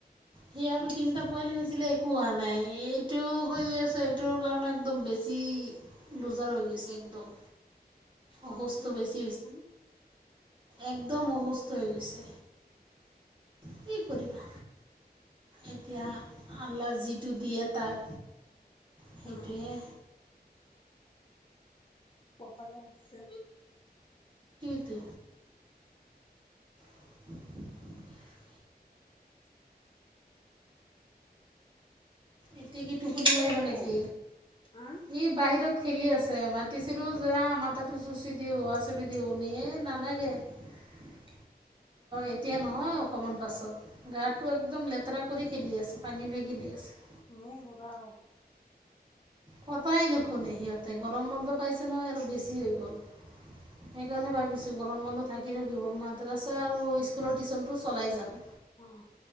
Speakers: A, on the right; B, on the left.
A: সেই আৰু তিনিটা পোৱালি হৈছিলে একো হোৱা নাই এইটো হৈ আছে এইটোৰ কাৰণে একদম বে বেছি লোজাৰ হৈ গৈছে একদম
B: কমজোৰি
A: অসুস্থ
B: হৈছে
A: বেছি একদম অসুস্থ হৈ গৈছে কি কৰিবা এতিয়া আল্লাহ যিটো দিয়ে তাক সেইটোহে
B: অ', কপালত আছে
A: টো <inaudible> এতিয়া কি টোপনি
B: ছোৱালী
A: মাৰিবা নেকি
B: ক'ত হা
A: সি বাহিৰত খেলি আছে মাতিছিলো যে মাতো চুচি দিওঁ আচুৰি দিওঁ নিয়ে নালাগে <unintelligible>
B: <unintelligible>
A: এতিয়া নহয় অকমান পাছত গাটো একদম লেতেৰা কৰি খেলি আছে পানী লৈ খেলি আছে।
B: মোক দুটা ক
A: কটাই নুশুনে সিহঁতে গৰম বন্ধ পাইছে নহয় আৰু বেছি হৈ গ'ল। সেইকাৰণে ভাবিছোঁ গৰম বন্ধ থাকিলেও কি হ'ব। মাদ্ৰাছা আৰু স্কুলৰ টিউচনটো চলাই যাম।
B: অ